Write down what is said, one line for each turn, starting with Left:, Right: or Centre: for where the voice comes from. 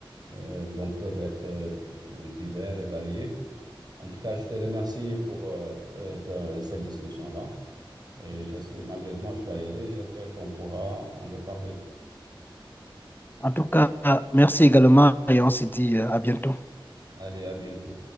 Right: euh, bon, peuvent être euh, divers et variés. En tout cas, je te remercie pour euh, euh, ta- cette discussion-là. Et j'espère, malheureusement, je dois y aller. J'espère qu'on pourra en reparler.
Left: En tout cas, euh, merci également et on se dit euh, à bientôt.
Right: Allez, à bientôt.